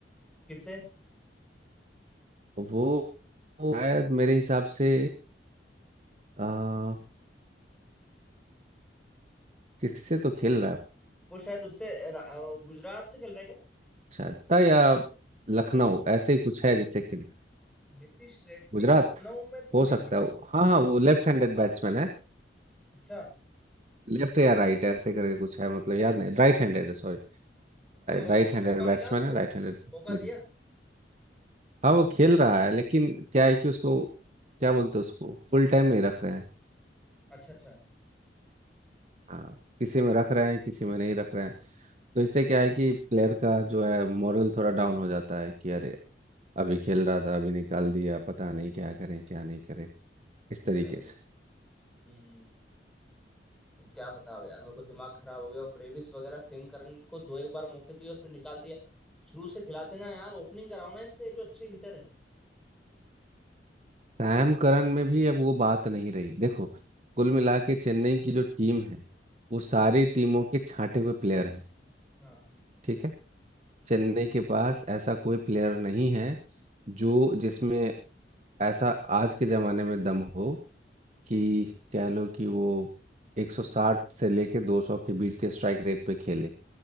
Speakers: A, in the centre; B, on the right.
A: किससे
B: वो वो शायद मेरे हिसाब से आ, किससे तो खेल रहा है
A: वो शायद उससे अ, रा- अ, गुजरात से खेल रहा है क्या
B: शारदा या लखनऊ ऐसे ही कुछ है जैसे कि
A: नीतीश रेड्डी
B: गुजरात
A: लखनऊ में तो
B: हो
A: नहीं
B: सकता है
A: है
B: हाँ हाँ वो लेफ्ट हैंडेड बैट्समैन है
A: अच्छा
B: लेफ्ट या राइट ऐसे करके कुछ है मतलब याद नहीं राइट हैंडेड है सॉरी
A: तो मौ,
B: राइट हैंडेड
A: मौका
B: बैट्समैन
A: मिला उसको
B: है राइट
A: मौका
B: हैंडेड मीडियम
A: दिया
B: हाँ वो खेल रहा है लेकिन क्या है कि उसको क्या बोलते हैं उसको फुल टाइम नहीं रख रहे हैं
A: अच्छा अच्छा
B: हाँ किसी में रख रहे हैं किसी में नहीं रख रहे हैं तो इससे क्या है कि प्लेयर का जो है मोरल थोड़ा डाउन हो जाता है कि अरे अभी खेल रहा था अभी निकाल दिया पता नहीं क्या करें क्या नहीं करें इस तरीके
A: सही है।
B: से
A: हम्म अब क्या बताओ यार मेरे को दिमाग खराब हो गया और ब्रेविस वगैरह सेमकरन को दो एक बार मौके दिए और फिर निकाल दिया शुरू से खिलाते ना यार ओपनिंग कराओ ना इनसे जो अच्छे हीटर है
B: सैम करन में भी अब वो बात नहीं रही देखो कुल मिला के चेन्नई की जो टीम है वो सारी
A: हाँ
B: टीमों के छांटे हुए प्लेयर हैं
A: हाँ
B: ठीक है चेन्नई के पास ऐसा कोई प्लेयर नहीं है जो जिसमें ऐसा आज के ज़माने में दम हो कि कह लो कि वो 160 से लेके 200 के बीच के स्ट्राइक रेट पे खेले